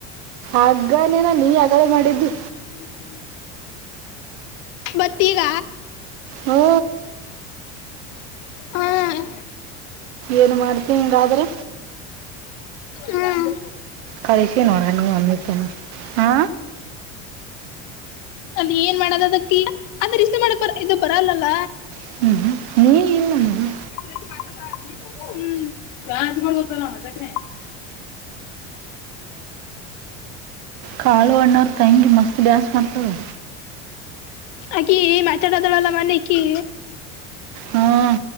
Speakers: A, on the right; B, on the left.
A: ಆಗ್ಲೇನಿನ ನೀ ಆಗಲ್ಲೇ ಮಾಡಿದ್ದಿ.
B: <unintelligible> ಬಟ್ ಈಗ
A: ಹ್ಞೂ
B: ಹ್ಮ್.
A: ಏನು ಮಾಡ್ತೀನಿ ಹಿಂಗಾದ್ರೆ
B: ಹ್ಮ್.
A: ಕಳಿಸಿ ನೋಡಣ ನೀವ್ ಅಂದಿದ್ದ ಅಮ್ಮಿ ಹಾ
B: ಅಲ್ಲಿ ಏನ್ ಮಾಡಿದಲಾತಿ ಅದರ ಇಷ್ಟು ಮಾಡಕ್ ಬ ಇದು ಬರಲ್ಲಲ್ಲ.
A: <inaudible> ಇಲ್ಲ ನಾನು
B: ಹ್ಮ ರಾಜ್ಗಳು ತರಾ ಅದಕ್ಕೆ
A: ಕಾಳು ಅಣ್ಣನ ತಂಗಿ ಮಸ್ತ್ ಡ್ಯಾನ್ಸ್ ಮಾಡ್ತಾಲೆ.
B: ಆಕಿ ಮಾತಡದರಲ್ಲ ಇಕಿ
A: ಹಾ